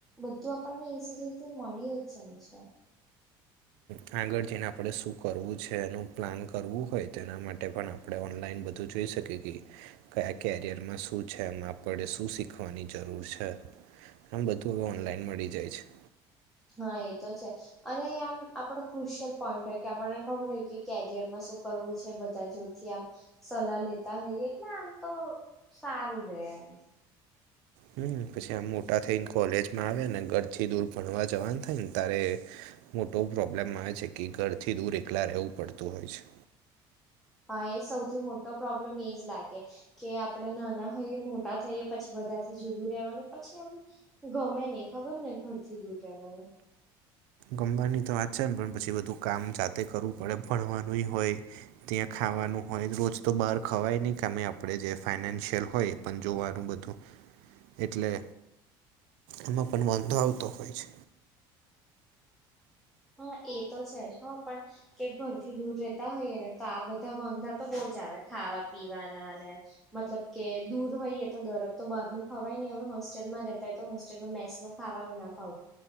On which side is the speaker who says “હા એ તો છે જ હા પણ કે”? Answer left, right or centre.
Centre